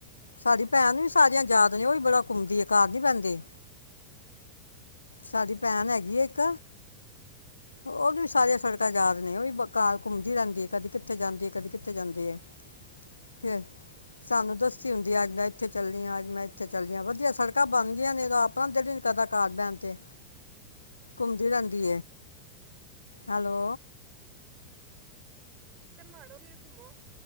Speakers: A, on the left; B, on the right.
A: ਸਾਡੀ ਭੈਣ ਵੀ ਸਾਰੀਆਂ ਯਾਦ ਨੇ ਹੀ ਬੜਾ ਘੁੰਮਦੀ ਹੈ ਕਾਰ ਨੀ ਪੈਂਦੇ ਸਾਡੀ ਭੈਣ ਹੈਗੀ ਆ ਇੱਕ ਉਹਨੂੰ ਵੀ ਸਾਰੀਆਂ ਸੜਕਾਂ ਯਾਦ ਨੇ ਹੀ ਕਾਰ ਘੁੰਮਦੀ ਰਹਿੰਦੀ ਕਦੀ ਕਿੱਥੇ ਜਾਂਦੀ ਹੈ ਕਦੇ ਕਿੱਥੇ ਜਾਂਦੇ ਆ ਫਿਰ ਸਾਨੂੰ ਦੱਸ ਹੁੰਦੀ ਅੱਜ ਮੈਂ ਇੱਥੇ ਚੱਲ ਹ ਅੱਜ ਮੈਂ ਇੱਥੇ ਚੱਲਦੀ ਹ ਵਧੀਆ ਸੜਕਾਂ ਬਣ ਗਈਆਂ ਨੇ ਆਪਣਾ ਜੜ ਕਦਾ ਕਾਰ ਬੈਣ ਤੇ ਘੁੰਮਦੀ ਰਹਿੰਦੀ ਹੈਲੋ
B: ਚੱਕਰ ਮਾਰੋ ਫੇਰ ਘੁੰਮੋ